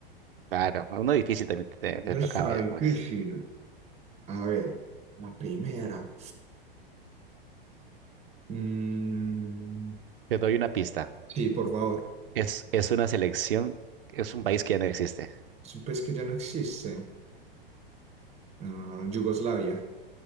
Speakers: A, on the right; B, on the right.
A: Claro, uno difícil también te,
B: esa
A: te tocaba
B: está
A: ya,
B: difícil.
A: pues.
B: A ver, la primera. Mm,
A: Te doy una pista.
B: sí, por favor.
A: Es, es una selección, es un país que ya no existe.
B: Es un país que ya no existe. Ah, Yugoslavia.